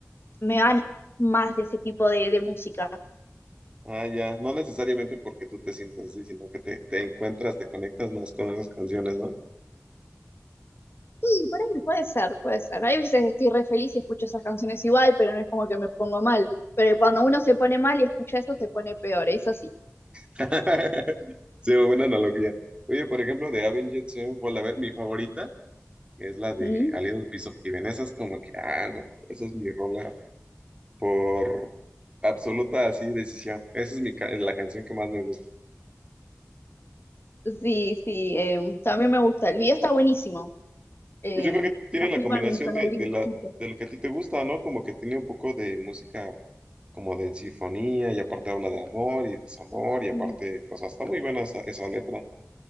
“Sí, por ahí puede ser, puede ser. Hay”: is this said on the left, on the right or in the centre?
Left